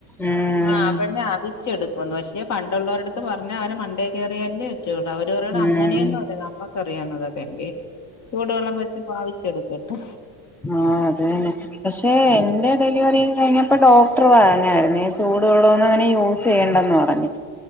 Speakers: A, in the centre; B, on the left.
A: ഉം
B: ആ പെണ്ണ് അവി ച്ചെടുക്കൂന്നു പക്ഷേ പണ്ടുള്ളവരുടെ അടുത്ത് പറഞ്ഞാൽ അതിന് മണ്ടേ കേറിയാൽ അല്ലെ പറ്റുള്ളൂ അവര് പറയണം
A: ഉം
B: അങ്ങനെയന്നും അല്ല നമ്മക്ക് അറിയാവുന്നതൊക്കെ ചൂട് വെള്ളം വെ- രിച്ചെടുക്കട്ടേ
A: ആ അത് തന്നെ പക്ഷെ
B: ഉം
A: എന്റെ ഡെലിവറി കഴിഞ്ഞപ്പോ ഡോക്ടർ പറഞ്ഞായിരുന്നു ചൂട് വെള്ളം ഒന്നും അങ്ങനെ യൂസ് ചെയ്യണ്ടന്ന് പറഞ്ഞു